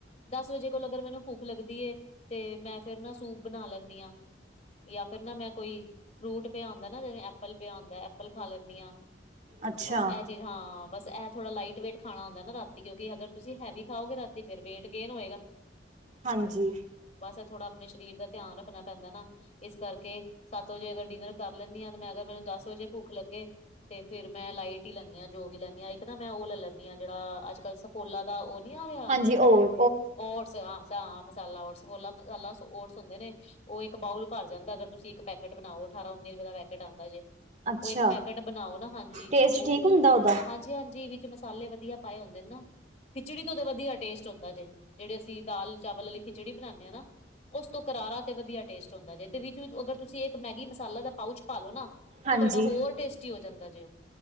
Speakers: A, on the left; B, on the right.
A: ਦਸ ਵਜੇ ਕੋਲ ਅਗਰ ਮੈਨੂੰ ਭਖ ਲੱਗਦੀ ਏ ਤੇ ਮੈਂ ਫੇਰ ਨਾ ਸੂਪ ਬਣਾ ਲੈਂਨੀ ਆ। ਯਾ ਫਿਰ ਨਾ ਮੈਂ ਕੋਈ ਫਰੂਟ ਪਿਆ ਹੁੰਦਾ ਨਾ ਜਿਵੇਂ ਐਪਲ ਪਿਆ ਹੁੰਦਾ, ਐਪਲ ਖਾ ਲੈਂਨੀ ਆਂ
B: ਅੱਛਾ
A: ਬਸ ਹਾਂ, ਬਸ ਇਹ ਥੋੜਾ ਲਾਈਟ ਵੇਟ ਖਾਣਾ ਹੂੰਦਾ ਨਾ ਰਾਤੀ ਕਿਉਂਕਿ ਅਗਰ ਤੁਸੀਂ ਹੈਵੀ ਖਾਓਗੇ ਰਾਤੀ ਫੇਰ ਵੇਟ ਗੇਨ ਹੋਏਗਾ,
B: ਹਾਂਜੀ
A: ਬਸ ਇਹ ਥੋੜਾ ਆਪਣੇ ਸਰੀਰ ਦਾ ਤਿਆਨ ਰੱਖਣਾ ਪੈਂਦਾ ਨਾ। ਇਸ ਕਰਕੇ, ਸੱਤ ਵਜੇ ਅਗਰ ਡਿਨਰ ਕਰ ਲੈਂਨੀ ਆ ਤੇ ਮੈਂ ਅਗਰ ਮੈਨੂੰ ਦਸ ਵਜੇ ਭੁਖ ਲੱਗੇ ਤੇ ਫੇਰ ਮੈਂ ਲਾਈਟ ਈ ਲੈਂਨੀ ਆ ਜੋ ਵੀ ਲੈਂਣੀ ਆ ਇੱਕ ਨਾ ਮੈਂ ਉਹ ਲੈ ਲੈਂਦੀ ਆ ਜਿਹੜਾ ਅੱਜ ਕੱਲ ਸਫੋਲਾ ਦਾ ਨੀ ਆ ਰਿਹਾ
B: ਹਾਂਜੀ ਓਰ
A: ਓਟਸ ਹਾਂ ਹ ਮਸਾਲਾ ਓਟਸ ਬੋ ਮਸਾਲਾ ਓਟਸ ਹੁੰਦੇ ਨੇ ਉਹ ਇੱਕ ਬਾਊਲ ਭਰ ਜਾਂਦਾ ਅਗਰ ਤੁਸੀਂ ਇੱਕ ਪੈਕਟ ਬਣਾਓ, ਅਠਾਰਾਂ ਉੱਨੀ ਰੁਪਏ ਦਾ ਪੈਕਟ ਆਂਦਾ ਜੇ।
B: ਅੱਛਾ
A: ਉਹ ਇੱਕ ਪੈਕੇਟ ਬਣਾਓ ਨਾ ਹਾਂਜੀ,
B: ਟੇਸਟ
A: ਉਹ
B: ਠੀਕ ਹੁੰਦਾ ਉਹਦਾ
A: ਹਾਂਜੀ ਹਾਂਜੀ ਓ ਚ ਮਸਾਲੇ ਵਧੀਆ ਪਾਏ ਹੁੰਦੇ ਨੇ ਨਾ, ਖਿਚੜੀ ਤੋਂ ਤਾਂ ਵਧੀਆ ਟੇਸਟ ਜੇ ਜੈਹੜੇ ਅਸੀਂ ਦਾਲ ਚਾਵਲ ਆਲੀ ਖਿਚੜੀ ਬਨਾਨੇ ਆ ਨਾ, ਉਸ ਤੋਂ ਕਰਾਰਾ ਤੇ ਵਧੀਆ ਟੇਸਟ ਹੁੰਦਾ ਜੇ। ਤੇ ਵਿੱਚ -ਵਿੱਚ ਅਗਰ ਤੁਸੀਂ ਇੱਕ ਮੈਗੀ ਮਸਾਲਾ ਦਾ ਪਾਊਚ ਪਾਲੋ ਨਾ ਤੇ,
B: ਹਾਂਜੀ
A: ਤੁਆਡਾ ਹੋਰ ਟੇਸਟੀ ਹੋ ਜਾਂਦਾ ਜੇ।